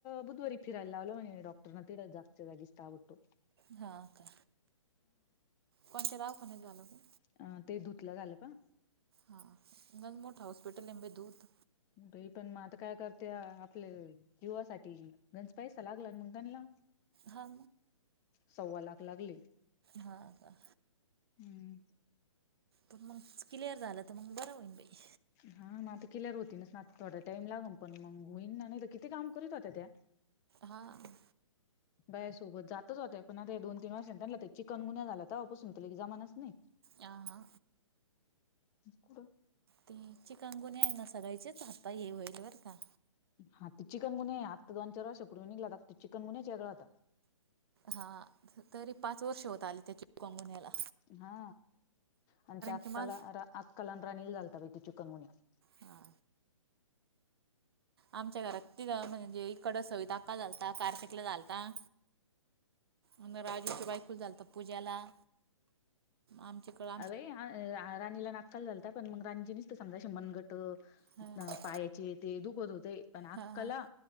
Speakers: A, on the left (about 20°); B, on the right (about 50°).
A: बुधवारी फिरयला लावलं मम्हणे डॉक्टर ना तिकडे जागचा जागेस ताव तो
B: हा का कोणच्या दवाखान्यात झालं म
A: अ ते धुतला झालं का
B: हा मंग मोठा हॉस्पिटल आहे अंबे दूत
A: बाई पण मग आता काय करते आपले जीववासाठी गंजपाईसा लागला म्हणताना
B: हा
A: सव्वा लाख लागले.
B: हा का?
A: हम्म.
B: पण मग क्लिअर झालं तर मग बरं होईन बाई
A: हा मग आता केल्यावर होती नस ना आता थोडा टाइम लाग पण मग होईन ना नाही तर किती काम करीत होत्या त्या.
B: हां.
A: बाय सोबत जातच होते पण आ ते दोन तीन वर्षाने त्यां चिकन गुन्या झाला तेव्हापसून जमानाच नाही.
B: यां हा.
A: कुडं
B: ते चिकगुणी आहे ना सगळचेच हातां ये होईल बर का.
A: हा ते चिकन मुनिया आहे आता दोन चार वर्षपूर्वी निघला आता तो चिकनुन्हच्यागळा होता
B: हां तरी पाच वर्ष होत आली त्याची कोंगुन्याला.
A: हा आमच्या अक्काला
B: की माझ
A: अक्काला आणि रानी ला झालतं बाइ ते चिकन मुनिया.
B: हा आमच्या घरात तिघं म्हणजे इकडें सविता आक्काला झालता तिकडं कार्तिकला झालता. आणि राजूची बायको झालता पूजाला. आमच्या कडी
A: अ वई राणीला नाक्काल झालता पण मग राणीजी नी ते समजा शमनगट त
B: हा
A: पायाचे ते दुखत होते पण
B: हा
A: आक्काला
B: हा